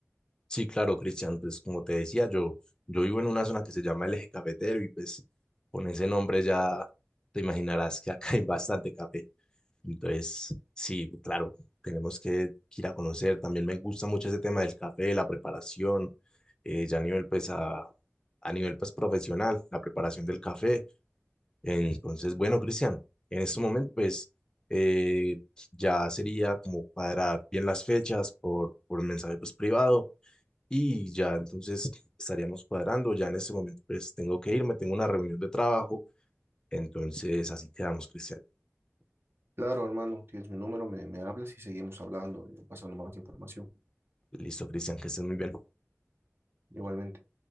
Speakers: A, on the left; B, on the right.
A: sí, claro, Cristian, pues como te decía, yo, yo vivo en una zona que se llama el Eje Cafetero y pues con ese nombre ya te imaginarás que acá <laughs> hay bastante café. Entonces, sí, claro, tenemos que ir a conocer. También me gusta mucho ese tema del café, la preparación, eh, ya a nivel, pues, a, a nivel, pues, profesional, la preparación del café. Entonces, bueno, Cristian, en este momento, pues, eh, ya sería como cuadrar bien las fechas por, por el mensaje, pues, privado y ya entonces estaríamos cuadrando. Ya en este momento, pues, tengo que irme, tengo una reunión de trabajo. Entonces, así quedamos, Cristian.
B: Claro, hermano, tienes mi número, me, me hablas y seguimos hablando, eh, pasando más información.
A: Listo, Cristian, que estés muy bien.
B: Igualmente.